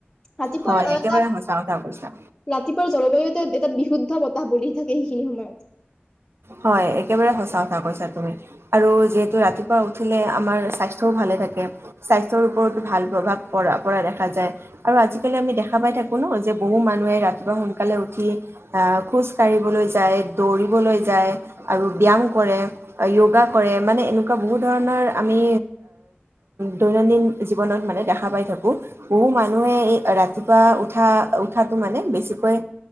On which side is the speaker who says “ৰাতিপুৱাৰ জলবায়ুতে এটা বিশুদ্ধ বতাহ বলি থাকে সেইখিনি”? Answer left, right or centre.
Left